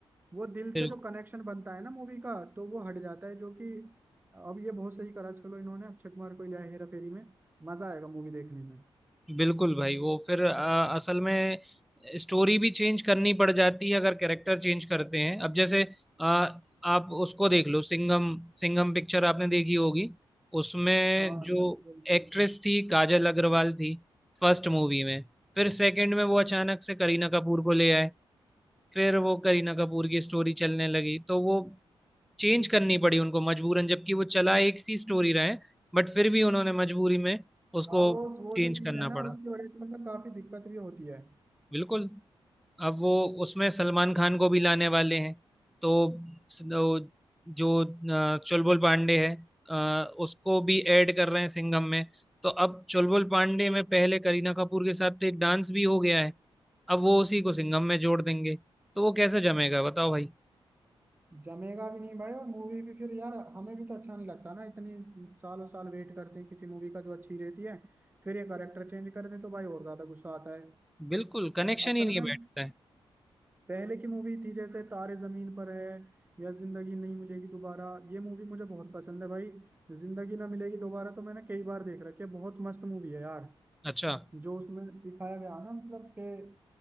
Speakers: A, on the right (about 20°); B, in the centre.
A: वो दिल
B: फिर
A: से जो कनेक्शन बनता है ना मूवी का तो वो हट जाता है जो कि अब ये बहुत सही करा चलो इन्होंने अक्षय कुमार को लिया है हेरा फेरी में मजा आएगा मूवी देखने में
B: बिल्कुल भाई वो फिर अ, असल में स्टोरी भी चेंज करनी पड़ जाती है अगर कैरेक्टर चेंज करते हैं अब जैसे अ, आप उसको देख लो सिंघम सिंघम पिक्चर आपने देखी होगी उसमें
A: हाँ
B: जो
A: अजय देवगन
B: एक्ट्रेस
A: की।
B: थी काजल अग्रवाल थी फर्स्ट मूवी में फिर सेकंड में वो अचानक से करीना कपूर को ले आए फिर वो करीना कपूर की स्टोरी चलने लगी तो वो चेंज करनी पड़ी उनको मजबूरन जबकि वो चला एक सी स्टोरी रहे बट फिर भी उन्होंने मजबूरी में उसको
A: हाँ वो वो
B: चेंज
A: जो चीज
B: करना
A: है ना
B: पड़ा
A: उसकी वजह से मतलब काफी दिक्कत भी होती है
B: बिल्कुल अब वो उसमें सलमान खान को भी लाने वाले हैं तो स- वो जो अ, चुलबुल पांडे है अ, उसको भी ऐड कर रहे हैं सिंघम में तो अब चुलबुल पांडे में पहले करीना कपूर के साथ तो एक डांस भी हो गया है अब वो उसी को सिंघम में जोड़ देंगे तो वो कैसे जमेगा बताओ भाई
A: जमेगा भी नहीं भाई और मूवी भी फिर यार हमें भी तो अच्छा नहीं लगता ना इतनी सालों साल वेट करते हैं किसी मूवी का जो अच्छी रहती है फिर ये करेक्टर चेंज कर दे तो भाई और ज्यादा गुस्सा आता है
B: बिल्कुल कनेक्शन
A: असल
B: ही नहीं
A: में
B: बैठता है
A: पहले की मूवी थी जैसे तारे जमीन पर है या जिंदगी नहीं मिलेगी दोबारा ये मूवी मुझे बहुत पसंद है भाई जिंदगी ना मिलेगी दोबारा तो मैंने कई बार देख रखी है बहुत मस्त मूवी है यार
B: अच्छा
A: जो उसमें सिखाया गया ना मतलब कि